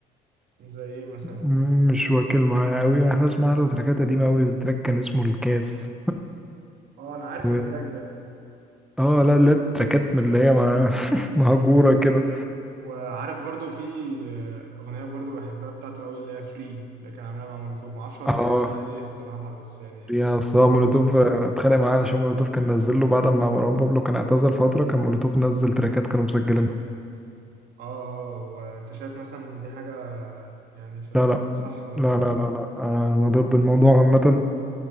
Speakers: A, on the right (about 70°); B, in the centre.
A: زي ايه مثلا؟
B: مش واكل معايا قوي انا بسمع له تراكات قديمه قوي تراك كان اسمه الكاس
A: اه انا عارف
B: و...
A: التراك ده
B: اه لا لا تراكات من اللي هي مع... <laughs> مهجوره كده
A: وعارف برضو في آه، أغنية برضو بحبها بتاعته قوي اللي هي فري اللي كان عاملها مع مولوتوف معرفش هو
B: اه
A: اتخانق معاه ليه الصراحة بس يعني
B: يا
A: بحط
B: اصلا
A: إنه
B: مولوتوف
A: مثلا
B: آه، اتخانق معاه علشان مولوتوف كان نزل له بعد ما مروان بابلو كان اعتزل فتره كان مولوتوف نزل تراكات كانوا مسجلينها
A: اه آه، وانت شايف مثلا دي حاجة يعني في الأصول
B: لا لا
A: صح ولا
B: لا لا لا لا آه، انا ضد الموضوع عامه